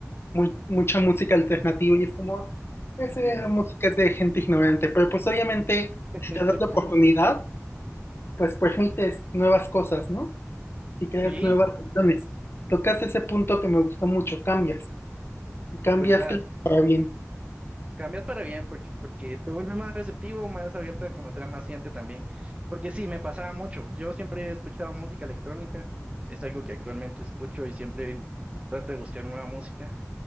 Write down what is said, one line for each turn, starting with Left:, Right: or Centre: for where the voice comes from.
Left: muy, mucha música alternativa y es como, esa
Right: Indy.
Left: música es de gente ignorante, pero pues obviamente
Right: <laughs>
Left: si te das la oportunidad, pues permites nuevas cosas, ¿no? Y
Right: Sí,
Left: creas nuevas opciones. Tocas ese punto que me gustó mucho, cambias, y cambias
Right: ¿verdad?
Left: que para bien.
Right: Cambias para bien porque, porque te vuelves más receptivo, más abierta a conocer a más gente también. Porque sí, me pasaba mucho. Yo siempre he escuchado música electrónica. Es algo que actualmente escucho y siempre trato de buscar nueva música.